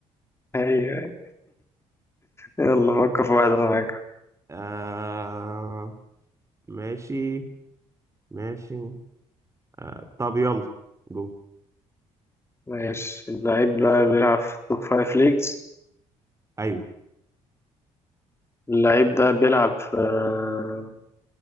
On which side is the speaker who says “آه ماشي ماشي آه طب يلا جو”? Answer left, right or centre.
Right